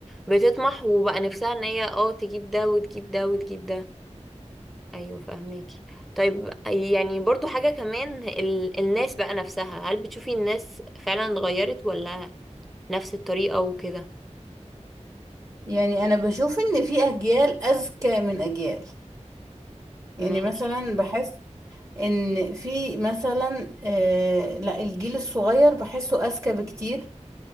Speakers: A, in the centre; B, on the right.
A: بتطمح وبقى نفسها ان هي اه تجيب ده وتجيب ده وتجيب ده ايوه فاهميكي طيب يعني برضو حاجة كمان ال... الناس بقى نفسها هل بتشوفي الناس فعلا اتغيرت ولا نفس الطريقة وكده
B: يعني أنا بشوف إن في أجيال أذكى من أجيال
A: ماشي
B: يعني مثلا بحس ان في مثلا آه لا الجيل الصغير بحسه اذكى بكتير